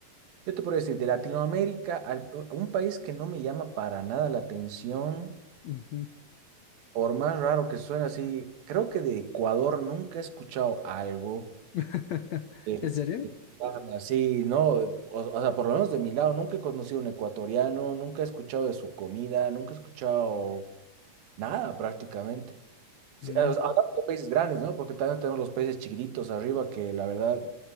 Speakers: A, on the right; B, on the left.
A: Yo te puedo decir, de Latinoamérica, al- un país que no me llama para nada la atención,
B: Ujú.
A: por más raro que suene así, creo que de Ecuador nunca he escuchado algo
B: <laughs>
A: que
B: ¿En serio?
A: que llame así, ¿no? O, o sea, por lo menos de mi lado, nunca he conocido un ecuatoriano, nunca he escuchado de su comida, nunca he escuchado nada prácticamente. Sí,
B: Mm.
A: eh, o sea, hablando de países grandes, ¿no? Porque también tenemos los países chiquititos arriba que la verdad